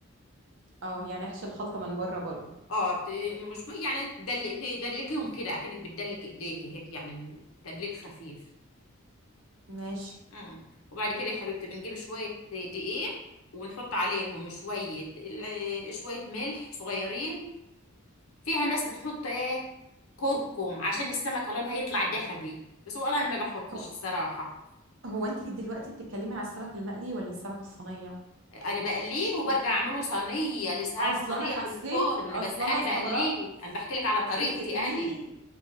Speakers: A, on the right; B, on the left.
A: اه يعني احشي الخلطه من بره برضو
B: اه ت- مش يعني تدلقي تدلكيهم كده اكنك بتدلك ايديك هيك يعني تدليك خفيف
A: ماشي
B: اه وبعد كده يا حبيبتي بنجيب شوية دقيق ونحط عليهم شوية ال- آه، شوية ملح صغيرين فيها ناس بتحط ايه كركم عشان السمكة لونها يطلع ذهبي بس والله انا ما بحطش
A: هو
B: الصراحة
A: هو انت دلوقتي بتتكلمي على السمك المقلي ولا السمك الصينية
B: انا بقليه وبرجع اعمله صينية لسه هعمل
A: اصلا
B: صينية
A: انا حسيت
B: في الفرن
A: اصلا
B: بس
A: انا
B: انا
A: استغربت
B: بقليه انا بحكي لك على طريقتي
A: بتقليه
B: انا